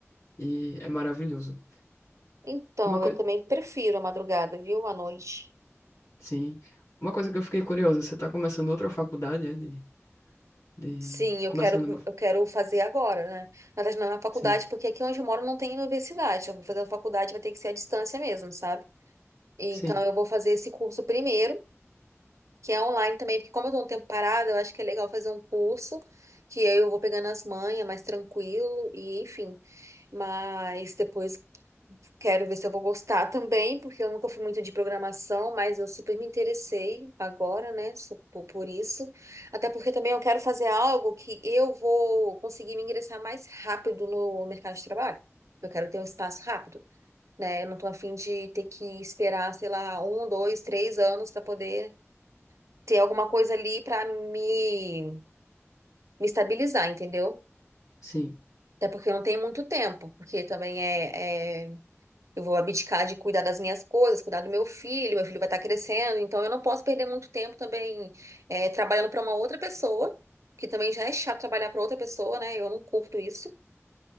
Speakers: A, on the left; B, on the right.
A: E é maravilhoso.
B: Então,
A: Uma coisa,
B: eu também prefiro a madrugada, viu? À noite.
A: sim. Uma coisa que eu fiquei curiosa, você tá começando outra faculdade, é de, de,
B: Sim, eu
A: começando
B: quero,
A: uma,
B: eu quero fazer agora, né? Na verdade, não é na faculdade,
A: sim,
B: porque aqui onde eu moro não tem universidade. Eu vou fazer a faculdade, vai ter que ser à distância mesmo, sabe? Então,
A: sim,
B: eu vou fazer esse curso primeiro. que é online também, porque como eu tô um tempo parada, eu acho que é legal fazer um curso, que aí eu vou pegando as manhas mais tranquilo, e enfim. Mas depois quero ver se eu vou gostar também, porque eu nunca fui muito de programação, mas eu super me interessei agora, né, so- por, por isso. Até porque também eu quero fazer algo que eu vou conseguir me ingressar mais rápido no mercado de trabalho. Eu quero ter um espaço rápido. Né? Eu não tô afim de ter que esperar, sei lá, um, dois, três anos para poder ter alguma coisa ali pra me, me estabilizar, entendeu?
A: sim,
B: Até porque eu não tenho muito tempo, porque também é, é- eu vou abdicar de cuidar das minhas coisas, cuidar do meu filho, meu filho vai estar crescendo, então eu não posso perder muito tempo também é, trabalhando pra uma outra pessoa, que também já é chato trabalhar pra outra pessoa, né? Eu não curto isso.